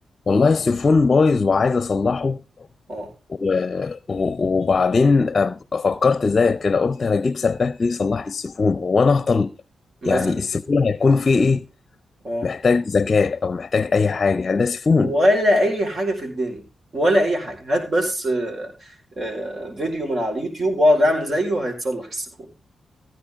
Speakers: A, on the left; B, on the right.
A: والله السيفون بايظ وعايز اصلحه
B: اه
A: و... و... وبعدين أب... فكرت زيك كده قلت انا اجيب سباك ليه يصلح لي السيفون هو انا اهطل
B: مثلا
A: يعني السيفون هيكون فيه ايه
B: اه
A: محتاج ذكاء او محتاج اي حاجه يعني ده سيفون
B: ولا اي حاجه في الدنيا ولا اي حاجه هات بس آه، آه، فيديو من على اليوتيوب واقعد اعمل زيه هيتصلح السيفون